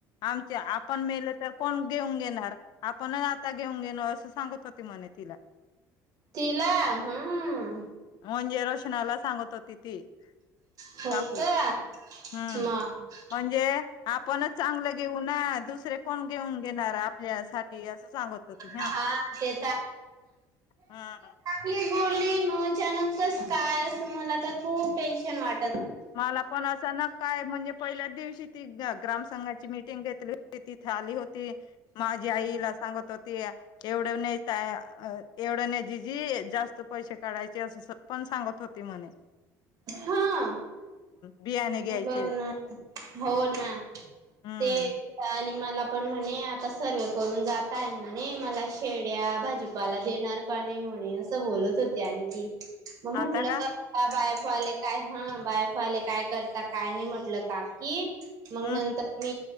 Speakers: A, on the left; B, on the right.
A: आमच्या आपण मेलो तर, कोण घेवून घेणार आपणंच आप आत्ता घेऊन घेणं, असं सांगत होते, म्हणे तिला.
B: तिला? हंम.
A: म्हंजे रोशनाला सांगत होती. ती.
B: हो
A: काकू,
B: का
A: हम्म, हुं.
B: मग
A: म्हणजे आपणच चांगलं घेऊ ना? दुसरे कोण घेऊन घेणार आपल्या साठी आसं सांगत होती हां.
B: हा ते
A: हा.
B: ली बोलली, मग अचानकच काय असं मला तर खूप टेन्शन वाट
A: मला पण असं न काय म्हणजे पहिल्या दिवशी ती ग ग्राम संंघाची मिटिंग घेतली होती तिथे आली होती. माझी आईला सांगत होती की एवढं नाही एवढं नाही जिजी जास्त त पैसे काढायचे अस स पण सांगत होती म्हणे.
B: हा,
A: बियाणे
B: मग
A: घ्यायचे
B: हे बघ ना, हो ना.
A: हम्म
B: ते आणि मला पण म्हणे आता सर्व करून जात आहे म्हणे, मला शेड्या भाजीपाला देणार का नाही म्हणे असं बोलत होती आणि ती, मग म्हटलं
A: आता का
B: बा वाले काय हा, बाय एफ आले काय करता काय नाही म्हटलं काकी. मग
A: हम्
B: नंतर मी